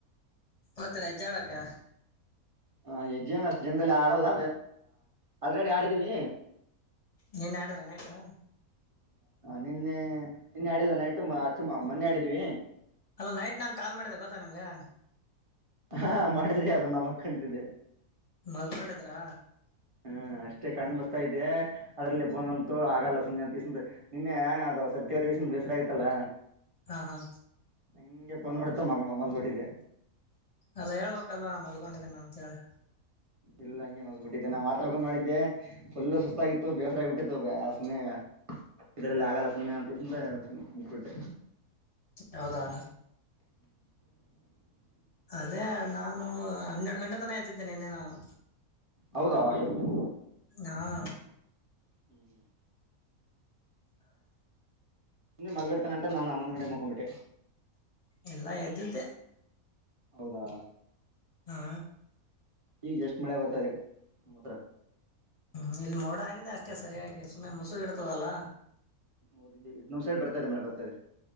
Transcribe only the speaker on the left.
ಹತ್ತ ಎಜಡಕಾ
ನೀನ್ ಆಡಾರನ್ ಆಯ್ತಾ
ಅಲೋ ನೈಟ್ ನಾ ಕಾಲ್ ಮಾಡಿದೆ ಗೊತ್ತಾ ನಿಮ್ಗ
ಮಲ್ಕೊಂಡದ್ರ
ಹಾ ಹಾ
ಅಲ್ಲಾ ಹೇಳ್ಬೇಕಲ್ವಾ ಮಲ್ಕೊಂಡಿದ್ದಿನ ಅಂತ ಹೇಳಿ
ಹೌದಾ ಅದೇ ನಾನು ಹನ್ನೆರಡು ಗಂಟೆ ತನ ಹ್ದಿದ್ದೇನೆನ್ನೆ ನಾನು
ಹಾ
ಎಲ್ಲ ಎದ್ದ್ದೆ
ಹಾ
ಹ್ಮ್ ಇಲ್ಲಿ ಮೋಡ ಆಗಿದೆ ಅಷ್ಟೇ ಸರಿಯಾಗಿ ಸುಮ್ಮನೆ ಮುಸುಗ ಇಡ್ತದಲ್ಲ